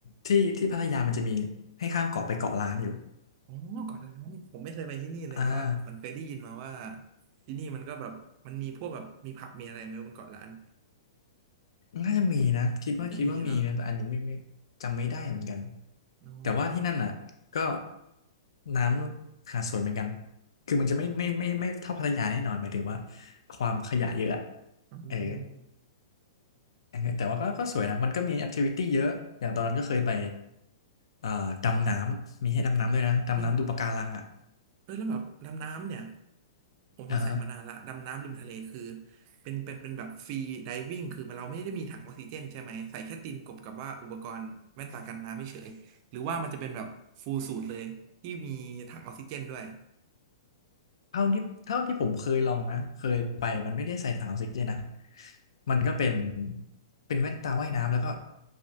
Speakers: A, on the left; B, on the right.
A: ที่ที่พัทยามันจะมีให้ข้ามเกาะไปเกาะล้านอยู่
B: อ๋อเกาะล้านผมไม่เคยไปที่นี่เลยแต่ว่ามันเคยได้ยินมาว่า
A: อ่า
B: ที่นี่มันก็แบบมันมีพวกแบบมีผับ มีอะไรไหมบนเกาะล้าน
A: น่าจะมีนะคิดว่าคิดว่ามีนะแต่อันนี้ไม่ไม่จำไม่ได้เหมือนกัน
B: น่าจะมีเนาะอ๋อ
A: แต่ว่าที่นั่นอ่ะก็น้ำหาดสวยเหมือนกันคือมันจะไม่ไม่ไม่ไม่เท่าพัทยาแน่นอนหมายถึงว่าความขยะเยอะอะ
B: อ๋อ
A: เออเออแต่ว่าก็ก็สวยนะมันก็มีแอคทิวิตี้เยอะอย่างตอนนั้นก็เคยไปเอ่อดำน้ำมีให้ดำน้ำด้วยนะดำน้ำดูปะการังอ่ะ
B: เฮ้ย เออแล้วแบบดำน้ำเนี่ยผมสงสัยมานานละดำน้ำริมทะเลคือ
A: อ่าฮะ
B: เป็นเป็นเป็นแบบฟรีไดวิ่งคือมันเราไม่ได้มีถังออกซิเจนใช่ไหมใส่แค่ตีนกบกับว่าอุปกรณ์แว่นตากันน้ำไม่เฉยหรือว่ามันจะเป็นแบบฟูลสูทเลยที่มีถังออกซิเจนด้วย
A: เท่าที่เท่าที่ผมเคยลองนะเคยไปมันไม่ได้ใส่ถังออกซิเจนนะมันก็เป็นเป็นแว่นตาว่ายน้ำแล้วก็